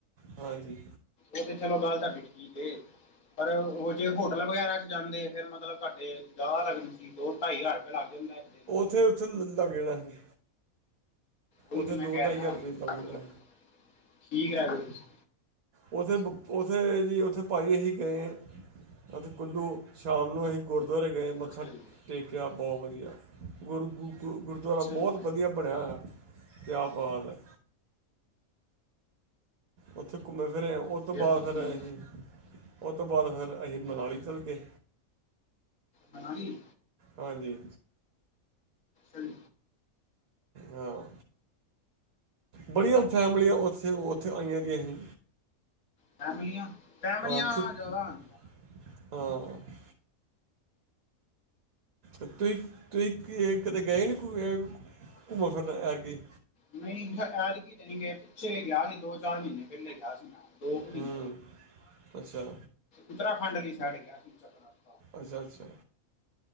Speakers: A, on the right (about 70°); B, on the left (about 70°).
A: ਹਾਂਜੀ।
B: ਉਹ ਤੇ ਚਲੋ ਗੱਲ ਤੁਹਾਡੀ ਠੀਕ ਹੈ ਪਰ ਉਹ। ਜੇ ਹੋਟਲ ਵਗੈਰਾ 'ਚ ਜਾਂਦੇ ਫੇਰ ਮਤਲਬ ਤੁਹਾਡੇ ਜ਼ਿਆਦਾ ਲੱਗਦੀ ਸੀ ਦੋ ਢਾਈ ਹਜ਼ਾਰ ਰੁਪਇਆ ਲੱਗ ਜਾਂਦਾ ਇੱਕ। ਦਾ।
A: ਫੇਰ ਉੱਥੇ ਲੱਗ ਜਾਣਾ ਸੀ।
B: ਉਹੀ
A: ਉਥੇ
B: ਤੇ ਮੈਂ ਕਹਿ
A: ਢਾਈ
B: ਰਿਹਾ
A: ਹਜ਼ਾਰ ਰੁਪਏ ਲੱਗ
B: ਮਤਲਬ
A: ਜਾਣਾ
B: ਠੀਕ ਰਹਿ ਗਏ ਤੁਸੀਂ।
A: ਉੱਥੇ ਉੱਥੇ ਜੀ ਉੱਥੇ ਭਾਜੀ ਅਸੀਂ ਗਏ। ਅਤੇ ਕੁੱਲੂ ਸ਼ਾਮ ਨੂੰ ਅਸੀਂ ਗੁਰਦੁਆਰੇ ਗਏ ਮੱਥਾ
B: ਅੱਛਾ ਜੀ,
A: ਟੇਕਿਆ ਬਹੁਤ ਵਧੀਆ। ਗੁਰ ਗ ਗ ਗੁਰਦੁਆਰਾ
B: ਅੱਛਾ ਜੀ।
A: ਬਹੁਤ ਵਧੀਆ ਬਣਿਆ ਹੋਇਆ ਹੈ। ਕਿਆ ਬਾਤ ਹੈ। ਉੱਥੇ ਘੁੰਮੇ ਫਿਰੇ ਆਂ, ਉਹ ਤੋਂ ਬਾਅਦ
B: ਤਾਂ ਤੁਸੀਂ
A: ਫਿਰ ਅਹੀਂ ਉਹ ਤੋਂ ਬਾਅਦ ਫਿਰ ਅਹੀਂ ਮਨਾਲੀ ਚੱਲ ਗਏ।
B: ਮਨਾਲੀ
A: ਹਾਂਜੀ
B: ਅੱਛਾ ਜੀ।
A: ਹਾਂ। ਬੜੀਆਂ ਫੈਮਲੀਆਂ ਉੱਥੇ- ਉੱਥੇ ਆਈਆਂ ਦੀਆਂ ਹੀ।
B: ਫੈਮਲੀਆਂ, ਫੈਮਲੀਆਂ
A: ਹਾਂ ਛੁੱਟ
B: ਜ਼ਿਆਦਾ ਹਨ।
A: ਹਾਂ। ਤੁਸੀਂ, ਤੁਸੀਂ ਕੀਏ
B: ਤੇ
A: ਕਿਤੇ ਗਏ ਨਹੀਂ ਘੁਯਨ, ਘੁੰਮਣ-ਫਿਰਨ ਐਤਕੀ?
B: ਨਹੀਂ ਐਦਗੀ ਤੇ ਨਹੀਂ ਗਏ, ਪਿੱਛੇ ਗਿਆ ਸੀ। ਦੋ-ਚਾਰ ਮਹੀਨੇ ਪਹਿਲੇ ਗਿਆ ਸੀ ਮੈਂ। ਦੋ ਕੁ ਮਹੀਨੇ,
A: ਹੂੰ ਅੱਛਾ
B: ਉਤਰਾਖੰਡ ਆਲ਼ੀ ਸਾਈਡ ਗਿਆ ਸੀ, ਉਤਰਾਖੰਡ ਆਲ਼ੀ।
A: ਅੱਛਾ-ਅੱਛਾ।